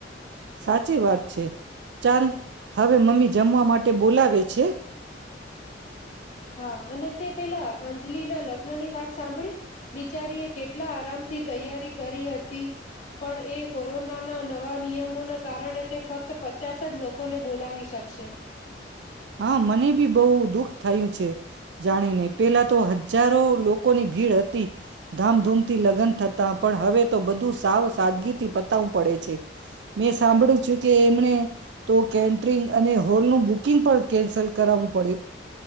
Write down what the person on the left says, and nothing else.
હા અને તે પેલા અંજલીના લગ્ન ની વાત સાંભળી, બિચારી એ કેટલા આરામથી તૈયારી કરી હતી પણ એ કોરોનાના નવા નિયમોના કારણે તે ફક્ત પચાસ જ લોકોને બોલાવી શકશે.